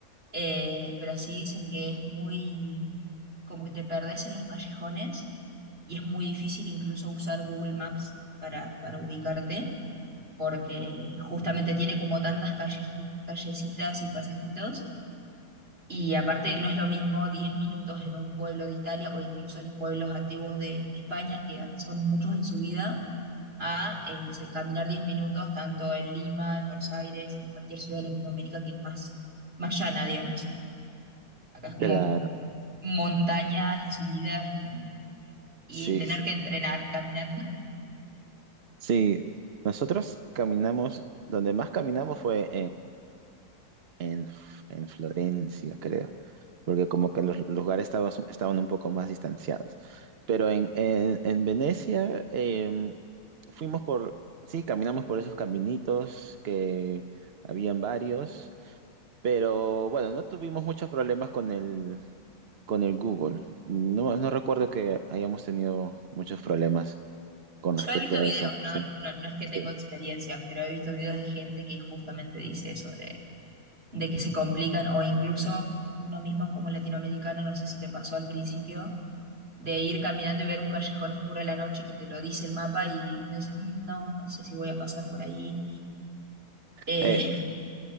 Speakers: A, on the right; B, on the right.
A: eh, pero sí dicen que es muy, como que te perdés en los callejones y es muy difícil incluso usar Google Maps para, para ubicarte, porque justamente tiene como tantas calleji- callecitas y pasajitos, y aparte no es lo mismo 10 minutos en un pueblo de Italia o incluso los pueblos antiguos de, de España, que son muchos en su vida. a eh, no sé, caminar 10 minutos tanto en Lima, en Buenos Aires, en cualquier ciudad de Latinoamérica que es más, más llana, digamos. Acá es como
B: Claro,
A: montañas y subidas y, y
B: sí,
A: tener
B: sí.
A: que entrenar caminando. <laughs>
B: Sí, nosotros caminamos, donde más caminamos fue en, F- en Florencia, creo, porque como que los lugares estaban, estaban un poco más distanciados. Pero en, en, en Venecia em, fuimos por, sí, caminamos por esos caminitos que habían varios, pero bueno, no tuvimos muchos problemas con el, con el Google. No, no recuerdo que hayamos tenido muchos problemas con
A: Yo
B: respecto
A: he visto
B: a
A: videos,
B: eso. <laughs>
A: ¿no? No, no es que
B: Sí.
A: tengo
B: Sí.
A: experiencia, pero he visto videos de gente que justamente dice eso, de, de que se complican o incluso uno mismo como latinoamericano, no sé si te pasó al principio, de ir caminando y ver un callejón oscuro a la noche y que te lo dice el mapa y uno dice, "Mm, no, no sé si voy a pasar por ahí. Eh,
B: Eh,
A: <laughs>